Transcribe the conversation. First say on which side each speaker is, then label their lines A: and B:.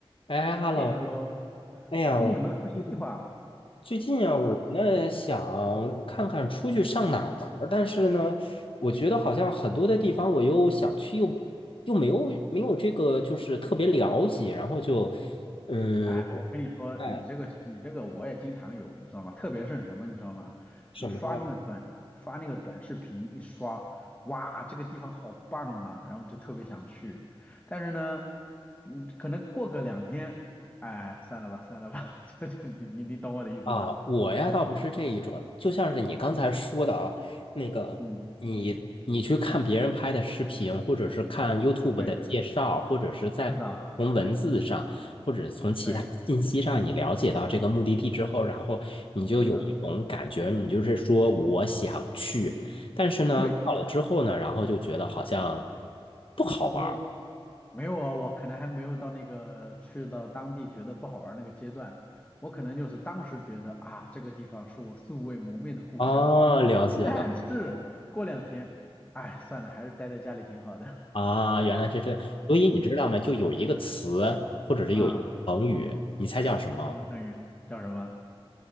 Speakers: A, on the left; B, on the left.
A: 哎，hello，
B: 哎，Hello，
A: 哎呀，
B: 最近有没有出行计划啊？
A: 我嗯最近啊，我呢想看看出去上哪儿玩儿但是呢，
B: 啊
A: 我觉得好像很多的地方我又想去又，又没有没有这个就是特别了解，然后就嗯，
B: 哎，我跟你说，
A: 哎，
B: 你这个你这个我也经常有，你知道吗？特别是什么，你知道吗？
A: 什么呀？
B: 就是刷那个短刷那个短视频，一刷，哇，这个地方好棒啊，然后就特别想去。但是呢，嗯，可能过个两天，哎，算了吧，算了吧，<laughs> 就就你你你懂我的意思吗？
A: 啊，我呀倒不是这一种，就像是你刚才说的啊，那个你你去看别人拍的视频，
B: 嗯，
A: 或者是看 YouTube
B: 对，
A: 的介绍，或者是在从文字上，
B: 是的，
A: 或者从其他信息上，
B: 对，
A: 你了解到这个目的地之后，然后你就有一种感觉，
B: 是的，
A: 你就是说我想去，但是呢，
B: 对，
A: 到了之后呢，然后就觉得好像不好玩儿。
B: 没有没有啊，我可能还没有到那个去到当地觉得不好玩儿那个阶段，我可能就是当时觉得啊，这个地方是我素未谋面的故乡，
A: 哦，了解了。
B: 但是过两天，哎，算了，还是待在家里挺好的。<laughs>
A: 啊，原来是这样。所以你知道吗？就有一个词，或者是有一个成语，
B: 啊，
A: 你猜叫什么？
B: 什么成语？叫什么？